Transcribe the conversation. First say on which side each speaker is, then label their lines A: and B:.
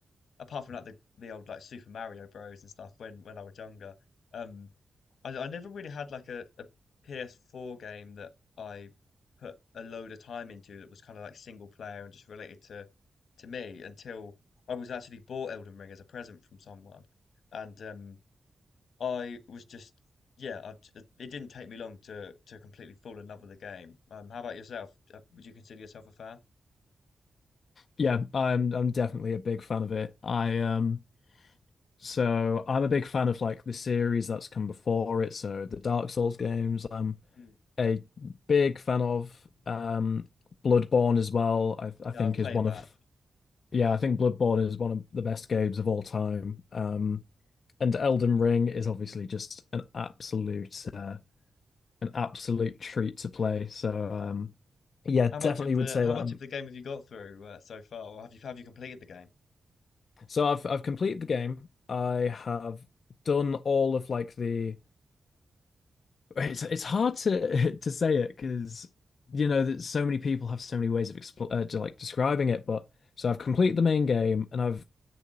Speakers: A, on the left; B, on the left.
A: apart from like the, the old like Super Mario Bros and stuff when when I was younger. Um, I, I never really had like a, PS4 game that I put a load of time into that was kind of like single player and just related to to me until I was actually bought Elden Ring as a present from someone, and um, I was just yeah, I, j- it didn't take me long to to completely fall in love with the game. Um, how about yourself? Uh, Would you consider yourself a fan?
B: Yeah, I'm I'm definitely a big fan of it. I um so I'm a big fan of like the series that's come before it. So the Dark Souls games, I'm
A: Mm.
B: a big fan of um Bloodborne as well. I
A: Yeah,
B: I think
A: I've played
B: is one
A: that.
B: of Yeah, I think Bloodborne is one of the best games of all time. Um, and Elden Ring is obviously just an absolute uh, an absolute treat to play. So um, yeah,
A: How
B: definitely
A: much of the
B: would say
A: how
B: that.
A: much
B: Um,
A: of the game have you got through uh, so far, or have you have you completed the game?
B: so I've I've completed the game. I have done all of like the. <laughs> It's it's hard to <laughs> to say it because you know that so many people have so many ways of expl uh, to, like describing it. But so I've completed the main game and I've